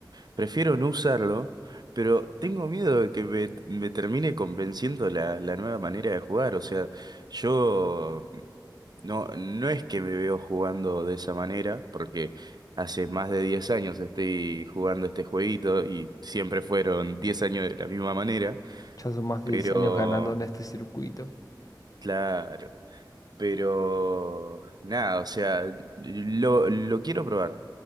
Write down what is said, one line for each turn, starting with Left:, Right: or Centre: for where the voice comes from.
Right: prefiero no usarlo, pero tengo miedo de que me, me termine convenciendo la, la nueva manera de jugar. O sea, yo no, no es que me veo jugando de esa manera, porque hace más de 10 años estoy jugando este jueguito y siempre fueron 10 años de la misma manera,
Left: Ya son más
Right: pero
Left: de 10 años ganando en este circuito.
Right: claro. Pero nada, o sea, lo, lo quiero probar.